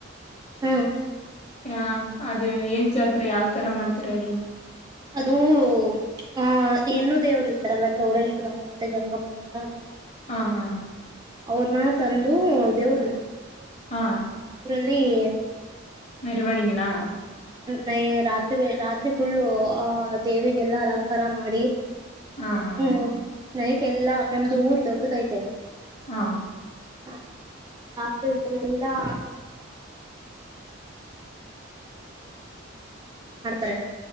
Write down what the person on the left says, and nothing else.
ಹ ಅದೇ ಏನ್ ಜಾತ್ರೆ ಯಾವತರ ಮಾಡ್ತಾರೆ ಅದು
ಹಾ ಹಾ
ಹಾ
ನಿರ್ವಣಗಣಾ
ಹಾ ಹಾ
ಹ